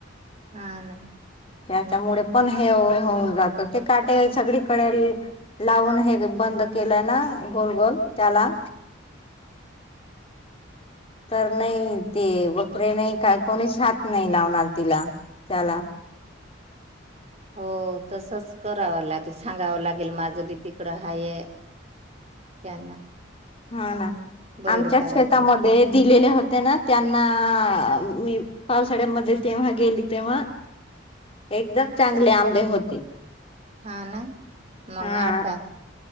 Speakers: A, on the right; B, on the left.
A: हा ना
B: त्याच्यामुळे पण हे होहोऊन जातं, ते काटे सगळीकडे लावून हे ब बंद केला ना, गोलगोल त्याला तर नाही, ते बकरे नाही काय, कोणीच हात नाही लावणार तिला. त्याला
A: हो तसच करावं लागेल, सांगावं लागेल, माझं बी तिकडं हाय त्यांना
B: हा, ना,
A: बरडी
B: आमच्याच
A: पाडायची
B: शेतामध्ये दिलेले होते ना त्यांना मी पावसाळ्यामध्ये तेव्हा गेली तेव्हा एकदम चांगले आंबे होते.
A: हा, ना, मंग
B: हा
A: आता?